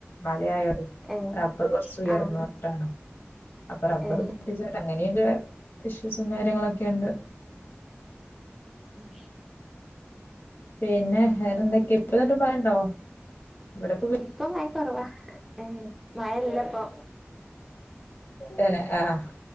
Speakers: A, on the left; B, in the centre.
A: മലയായോണ്ടേ
B: ഏഹ്
A: റബ്ബർ കൊർച്ച് ഉയർന്നോട്ടാണ്.
B: ആഹ്
A: അപ്പ റബ്ബർ
B: ഏഹ്
A: പൊട്ടിച്ചോട്ട അങ്ങനെയ ഇഷ്യൂസും കാര്യങ്ങളൊക്കെണ്ട്.
B: ഉം
A: പിന്നെ വേറെന്തൊക്കെയാ
B: പിന്നെ
A: ഇപ്പന്നട്ട് മഴണ്ടോ? ഇവിടെപ്പോ
B: ഇപ്പ മഴ കൊറവാ ഏ മഴല്ല ഇപ്പൊ.
A: തന്നെ ആഹ്